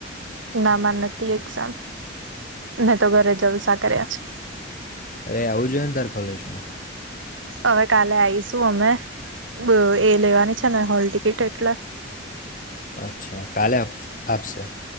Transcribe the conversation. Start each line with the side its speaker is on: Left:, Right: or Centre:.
Right: ના માર નતી એક્ઝામ. મેં તો ઘરે જલસા કર્યા છે.
Left: અરે આવું જોઈએ ને તાર કોલેજમાં
Right: હવે કાલે આઈશું અમે, બ એ લેવાની છે ને હોલ ટિકિટ એટલે.
Left: અચ્છા. કાલે આપ આપશે?